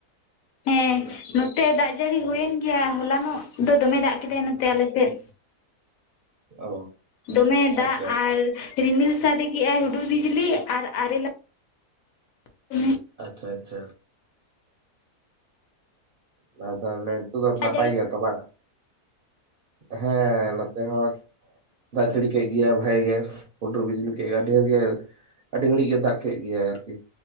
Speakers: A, on the left; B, on the right.
A: ᱦᱮᱸ ᱱᱚᱛᱮ ᱫᱟᱜ ᱡᱟᱹᱲᱤ ᱦᱩᱭᱮᱱ ᱜᱮᱭᱟ ᱦᱚᱞᱟᱱᱚᱜ ᱫᱚ ᱫᱚᱢᱮ ᱫᱟᱜ ᱠᱮᱫᱟᱭ ᱱᱚᱛᱮ ᱟᱞᱮᱥᱮᱫ᱾
B: ᱚ
A: ᱫᱚᱢᱮ ᱫᱟᱜ
B: ᱟᱪᱪᱷᱟ ᱟᱪᱪᱷᱟ
A: ᱟᱨ ᱨᱤᱢᱤᱞ ᱥᱟᱰᱮ ᱠᱮᱜᱼᱟᱭ ᱦᱩᱰᱩᱨ ᱵᱤᱡᱽᱞᱤ ᱟᱨ ᱟᱨᱮᱞᱟ <unintelligible>
B: ᱟᱪᱪᱷᱟ ᱟᱪᱪᱷᱟ ᱢᱟ ᱛᱟᱦᱞᱮ ᱤᱛᱚᱜ ᱫᱚ ᱱᱟᱯᱟᱭ
A: ᱡᱟᱹᱲᱤ
B: ᱜᱮᱭᱟᱢ? ᱛᱚ ᱵᱟᱝ ᱦᱮᱸ ᱱᱚᱛᱮ ᱦᱚᱸ ᱫᱟᱜ ᱡᱟᱹᱲᱤ ᱠᱮᱜ ᱜᱮᱭᱟ ᱵᱷᱟᱹᱜᱮ ᱜᱮ, ᱦᱩᱰᱩᱨ ᱵᱤᱡᱽᱞᱤ ᱠᱮᱜ ᱟᱰᱮᱭᱜᱮ ᱟᱹᱰᱤ ᱜᱷᱟᱹᱲᱤᱡ ᱜᱮ ᱫᱟᱜ ᱠᱮᱫ ᱜᱮᱭᱟᱭ ᱟᱨᱠᱤ᱾